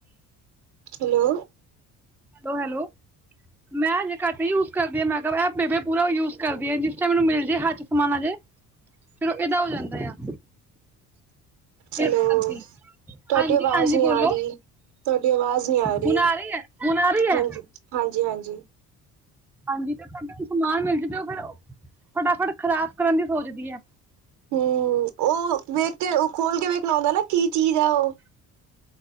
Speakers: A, on the right; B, in the centre.
A: ਹੈਲੋ,
B: ਹੈਲੋ-ਹੈਲੋ, ਮੈਂ ਹਜੇ ਘੱਟ ਯੂਜ ਕਰਦੀ ਆ ਮੇਕਅੱਪ ਐ ਬੇਬੇ ਪੂਰਾ ਯੂਜ ਕਰਦੀ ਆ ਜਿਸ ਮੈਨੂੰ ਮਿਲ ਜੇ ਹੱ ਸਮਾਨ ਆਜੇ ਫਿਰ ਉਹ ਏਦਾ ਹੋ ਜਾਂਦਾ ਆ।
A: ਹੈਲੋ,
B: ਇਸ ਕਰਕੇ
A: ਤੁਹਾਡੀ
B: ਹਾਂਜੀ
A: ਅਵਾਜ਼
B: ਹਾਂਜੀ
A: ਨੀ
B: ਬੋਲੋ
A: ਆ ਰਹੀ ਤੁਹਾਡੀ ਅਵਾਜ਼ ਨੀ ਆ ਰਹੀ
B: ਹੁਣ ਹੈ ਹੁਣ ਆ ਰਹੀ ਹੈ
A: ਹਾਂਜੀ-ਹਾਂਜੀ-ਹਾਂਜੀ।
B: ਹਾਂਜੀ, ਤੇ ਸਾਡੇ ਸਮਾਨ ਮਿਲ ਜਾਂਦਾ ਉਹ ਫਿਰ ਫਟਾਫਟ ਖ਼ਰਾਬ ਕਰਨ ਦੀ ਸੋਚਦੀ ਹੈ।
A: ਹੂੰ, ਉਹ ਵੇਖ ਕੇ ਉਹ ਖੋਲ ਕੇ ਵੇਖਣਾ ਆਦਾ ਨਾ ਕੀ ਚੀਜ਼ ਹੈ ਉਹ